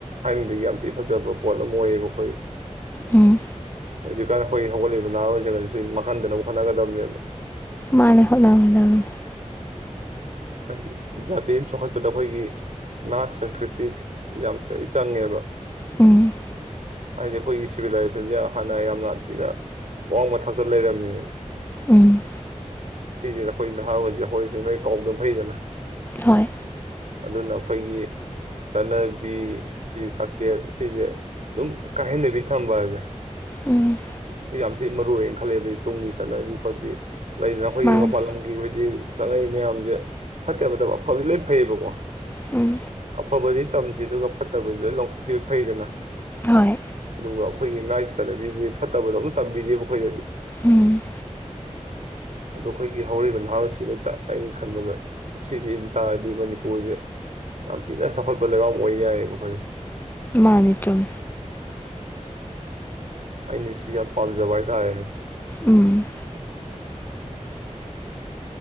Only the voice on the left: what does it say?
ꯎꯝ
ꯃꯥꯅꯦ ꯍꯣꯠꯅꯒꯗꯕꯅꯦ
ꯎꯝ
ꯎꯝ
ꯍꯣꯏ
ꯎꯝ
ꯃꯥꯅꯦ
ꯎꯝ
ꯍꯣꯏ
ꯎꯝ
ꯃꯅꯤꯆꯨꯝ
ꯎꯝ